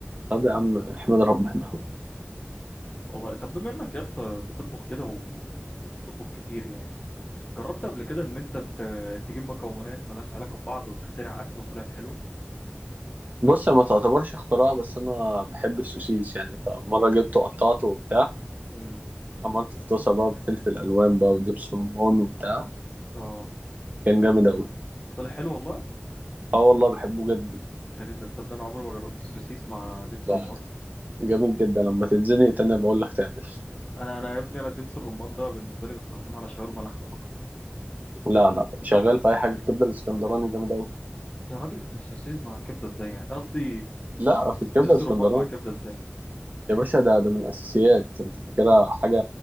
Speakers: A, on the right; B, on the left.
A: طب يا عم احمد ربنا
B: والله طب بما انك يا اسطى بتطبخ كده و- وبتطبخ كتير يعني جربت قبل كده ان انت ت- تجيب مكونات ملهاش علاقة ببعض وتخترع اكل وطلعت حلوة
A: بص هي ما تعتبرش اختراع بس انا بحب السوسيس يعني فمره جبته قطعته وبتاع
B: امم
A: عملته في طاسه بقى بفلفل الوان بقى ودبس رمان وبتاع
B: اه
A: كان جامد اوي
B: طلع حلو والله
A: اه والله بحبه جدا
B: غريب ده تصدق انا عمري ما جربت السوسيس مع دبس
A: لا
B: رمان
A: لا، جامد جدا لما تتزنق تاني بقول لك تعمل
B: انا انا يا ابني انا دبس الرمان ده بالنسبة لي بستخدمه على شاورما لحمة فقط
A: <laughs> لا لا شغال في اي حاجه الكبده الاسكندراني جامد اوي
B: يا راجل السوسيس مع كبدة ازاي يعني قصدي
A: لا في الكبده
B: دبس
A: الاسكندراني
B: الرمان مع كبدة ازاي
A: يا باشا ده ده من اساسيات انت فاكرها حاجه